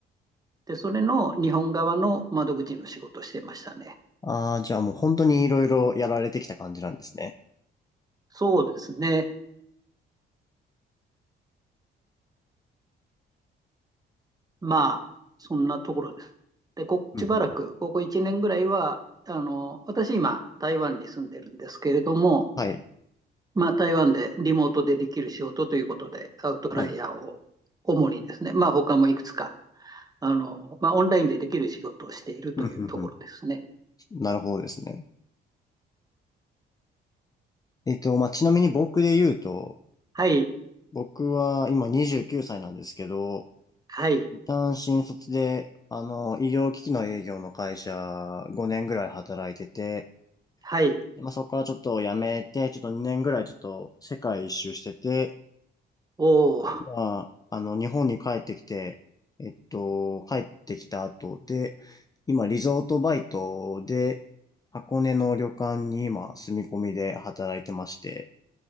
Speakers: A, on the right; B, on the left.
A: で、それの日本側の窓口の仕事をしてましたね。
B: ああー、じゃあもう本当にいろいろやられてきた感じなんですね。
A: そうですね。まあ、そんなところです。で、ここしばらく、
B: うんうんうん
A: ここ1年ぐらいは、あの、私今、台湾に住んでるんですけれども、
B: はい。
A: まあ、台湾でリモートでできる仕事ということで、アウトライヤーを主にですね、
B: はい。
A: まあ、他もいくつか、あの、まあ、オンラインでできる仕事をしているというところですね。
B: うんうんうんなるほどですね。えっと、まあ、ちなみに僕で言うと、
A: はい、
B: 僕は今29歳なんですけど、
A: はい、
B: 一旦新卒で、あの、医療機器の営業の会社5年ぐらい働いてて、
A: はい。
B: まあ、そこからちょっと辞めて、ちょっと2年ぐらいちょっと世界一周してて、
A: おー、
B: 今、あの、日本に帰ってきて、えっと、帰ってきた後で、今、リゾートバイトで、箱根の旅館に今、住み込みで働いてまして、